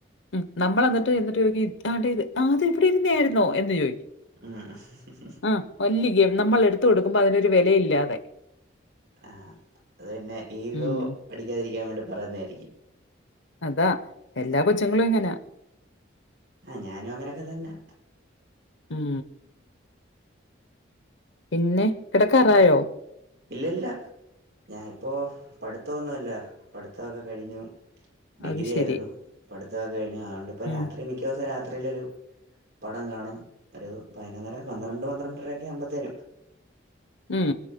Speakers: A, on the left (about 70°); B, on the right (about 55°).
A: ഉം നമ്മളെന്നിട്ട് യെന്നിട്ട് ചോയിക്കി ഇ താണ്ടേ ഇത് ആതിവിടിരിന്നേയിര്ന്നോ എന്ന് ചോയിക്കും
B: ഉം ആഹ്
A: ആഹ് വല്ല്യ ഗേ നമ്മളെടുത്തു കൊടുക്കുമ്പോ അതിനൊരു വിലയില്ലാതെ
B: ആഹ് അത് പിന്നെ ഈഗോ
A: ഉം.
B: അടിക്കാതിരിക്കാൻ വേണ്ടി പറയുന്നായിരിക്കും
A: അതാ എല്ലാ കൊച്ചിങ്ങളും ഇങ്ങനാ
B: ആഹ് ഞാനും അങ്ങനൊക്കതന്നാ
A: ഉം പിന്നെ കെടക്കാറായോ
B: ഇല്ലല്ല ഞായിപ്പോ പഠിത്തോന്നുല്ല പഠിത്തോക്ക കഴിഞ്ഞു ഡിഗ്രി
A: അത് ശരി.
B: ആരുന്നു പഠിത്തോക്ക കഴിഞ്ഞു അതോണ്ടിപ്പ
A: ഉം.
B: രാത്രി മിക്കോസം രാത്രിയിലൊരു പടം കാണും പയിനൊന്നര പന്ത്രണ്ട് പന്ത്രണ്ടരൊക്കെ ആവുമ്പത്തേനും
A: ഉം